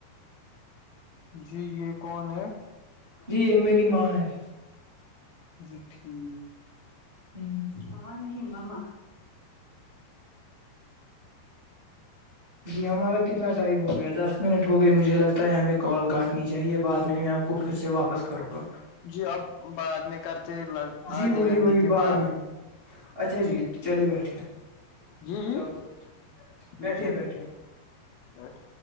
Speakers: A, on the left; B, on the right.
A: جی یہ کون ہے
B: جی یہ میری ماں ہے
A: جی ٹھیک
B: ہ م نہیں ہی مم ہ
A: ج <inaudible>
B: جی ہمارا کتنا ٹائم ہو گیا دس منٹ ہو گیا مجھے لگتا ہے ہمیں کال کاٹنی چاہیے بعد میں ہم آپ کو پھر سے واپ واپس کروں گا
A: جی اب بعد میں کرتےگ
B: جی
A: آدھے
B: وہی
A: گھنٹے
B: وہی
A: کی
B: بعد
A: بات
B: میں اچھا
A: جی ٹھیک
B: چلے بیٹھیے
A: جی جی
B: چلو
A: جی
B: بیٹھیے
A: چلو
B: بیٹھیے
A: ج بیٹھ